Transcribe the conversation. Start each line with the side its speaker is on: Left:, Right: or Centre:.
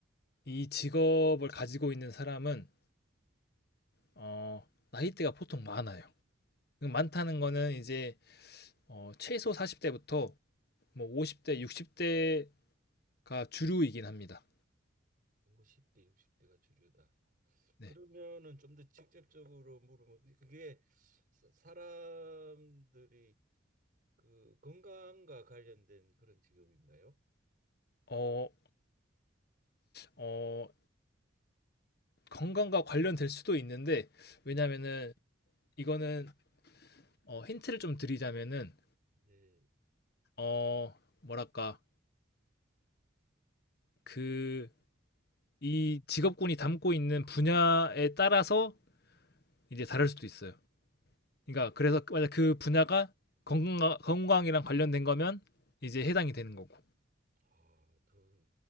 Left: 이 직업을 가지고 있는 사람은 어, 나이대가 보통 많아요. 많다는 거는 이제 어, 최소 40대부터 뭐 50대, 60대가 주류이긴 합니다.
Right: 50대, 60대가 주류다.
Left: 네.
Right: 그러면은 좀 더 직접적으로 물으면 그게 사- 사람들이 그 건강과 관련된 그런 직업인가요?
Left: 어, 어, 건강과 관련될 수도 있는데, 왜냐면은,
Right: 그러니까
Left: 이거는, 어, 힌트를 좀 드리자면은,
Right: 이제
Left: 어, 뭐랄까, 그, 이 직업군이 담고 있는 분야에 따라서 이제 다를 수도 있어요. 그러니까, 그래서, 맞아, 그 분야가 건강, 건강이랑 관련된 거면 이제 해당이 되는 거고.
Right: 아더